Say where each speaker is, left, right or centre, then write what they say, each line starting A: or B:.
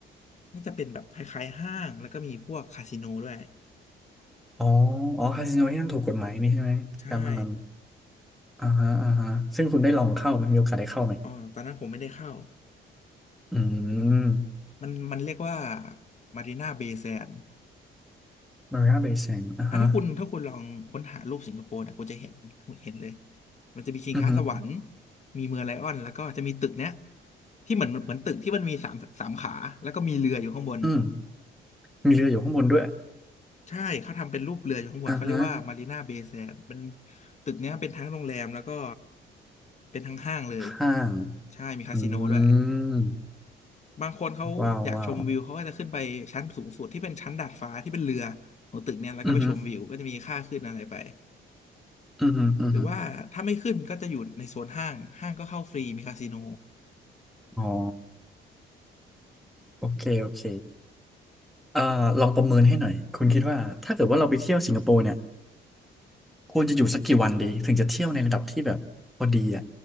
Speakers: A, on the left; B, in the centre.
A: น่าจะเป็นแบบคล้ายๆห้างแล้วก็มีพวกคาสิโนด้วย
B: อ๋ออ๋อคาสิโนที่นั่นถูกกฎหมายนี่ใช่ไหมการพนัน
A: ใช่
B: อ่าฮะอ่าฮะซึ่งคุณได้ลองเข้าไหมมีโอกาสได้เข้าไหม
A: อ๋อตอนนั้นผมไม่ได้เข้า
B: อืม
A: มันมันเรียกว่ามารีนาเบย์แซน
B: มาริอาเบย์แซนอ่าฮะ
A: อ่ะถ้าคุณถ้าคุณลองค้นหารูปสิงคโปร์เนี่ยคุณจะเห็นคุณเห็นเลยมันจะมีชิงช้าสวรรค์
B: อือฮึ
A: มีเมืองไลออนแล้วก็จะมีตึกเนี้ยที่เหมือนเหมือนตึกที่มันมีสามสามขาแล้วก็มีเรืออยู่ข้างบน
B: อืมมีเรืออยู่ข้างบนด้วย
A: ใช่เขาทำเป็นรูปเรืออยู่ข้างบนเขาเรียกว่ามารีนาเบย์แซนเป็น
B: อ่าฮะ
A: ตึกเนี้ยเป็นทั้งโรงแรมแล้วก็เป็นทั้งห้างเลย
B: ห้าง
A: ใช่มีคาสิโนด้วย
B: อืม
A: บางคนเขาอยากชมวิวเขาก็จะขึ้นไปชั้นสูงสุดที่เป็นชั้นดาดฟ้าที่เป็นเรือของตึกเนี้ยแล้วก็ไปชมวิวก็จะมีค่าขึ้นอะไรไป
B: ว้าวว้าวอือฮึอือฮึอือฮึ
A: หรือว่าถ้าไม่ขึ้นก็จะอยู่ในโซนห้างห้างก็เข้าฟรีมีคาสิโน
B: อ๋อโอเคโอเค เอ่อลองประเมินให้หน่อยคุณคิดว่าถ้าเกิดว่าเราไปเที่ยวสิงคโปร์เนี่ยควรจะอยู่สักกี่วันดีถึงจะเที่ยวในระดับที่แบบพอดีอ่ะ